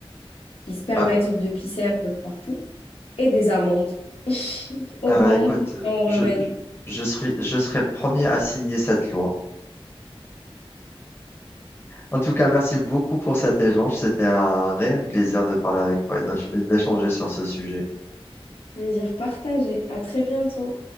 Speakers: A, on the left (about 70°); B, on the left (about 25°).
A: qui se permettent
B: Ah,
A: de pisser un peu partout, et des amendes. <laughs> Au
B: ah,
A: grand
B: écoute,
A: monde, on remède.
B: je, je je serai, je serai le premier à signer cette loi. En tout cas, merci beaucoup pour cet échange. C'était un réel plaisir de parler avec toi et d'éch- et d'échanger sur ce sujet.
A: Plaisir partagé. À très bientôt.